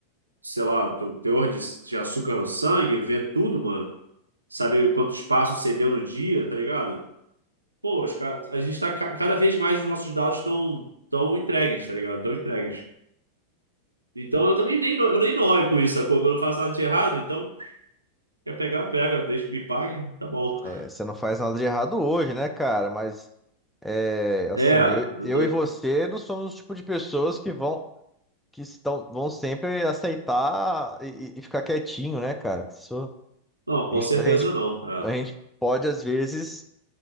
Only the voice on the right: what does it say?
sei lá, teu teor de, de açúcar no sangue, vê tudo, mano. Sabe quantos passos você deu no dia, tá ligado? Pô, os ca- a gente tá ca- cada vez mais os nossos dados estão tão entregues, tá ligado? Estão entregues. Então eu também nem, no- eu nem noio com isso, sacou? Quando eu faço nada de errado, então quer pegar, pega, desde que me pague, tá bom.
É,
eu
tô-
não,
com
certeza
não. É.